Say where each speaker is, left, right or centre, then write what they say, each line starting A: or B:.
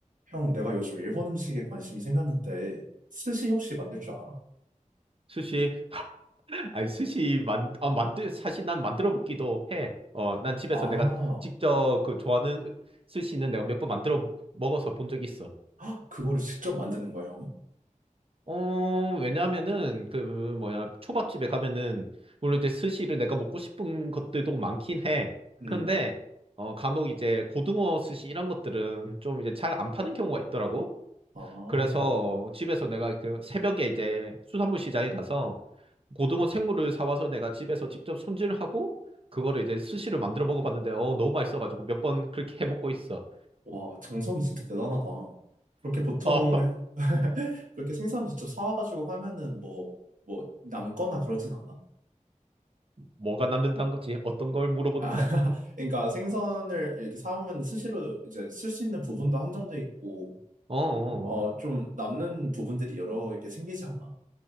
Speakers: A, on the right; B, on the right.
A: 형, 내가 요즘 일본 음식에 관심이 생겼는데, 스시 혹시 만들 줄 알아?
B: 스시 <laughs> 아니 스시 만 아, 만들 사실 난 만들어 먹기도 해. 어, 난 집에서
A: 아,
B: 내가 직접 그 좋아하는 스시는 내가 몇 번 만들어 먹어서 본 적 있어.
A: 헉, 그거를 직접 만드는 거야, 형은?
B: 어, 왜냐하면은 그 뭐야 초밥집에 가면은 물론 이제 스시를 내가 먹고 싶은 것들도 많긴 해.
A: 음.
B: 그런데 어 간혹 이제 고등어 스시 이런 것들은 좀 이제 잘 안 파는 경우가 있더라고.
A: 아,
B: 그래서 집에서 내가 그 새벽에 이제 수산물 시장에 가서 고등어 생물을 사와서 내가 집에서 직접 손질하고 그거를 이제 스시를 만들어 먹어봤는데 어, 너무 맛있어가지고 몇 번 그렇게 해 먹고 있어.
A: 와, 정성이 진짜 대단하다. 그렇게 보통,
B: 어, <laughs>
A: 해- <laughs> 그렇게 생선 직접 사와가지고 하면은 뭐, 뭐, 남거나 그러진 않아?
B: 뭐가 남는다는 거지? 어떤 걸 물어보는
A: 아, <laughs>
B: 거야?
A: 그러니까 생선을 이렇게 사오면 스시로 이제 쓸 수 있는 부분도 한정돼 있고,
B: 어, 어,
A: 어, 좀 남는 부분들이 여러 개 생기지 않아?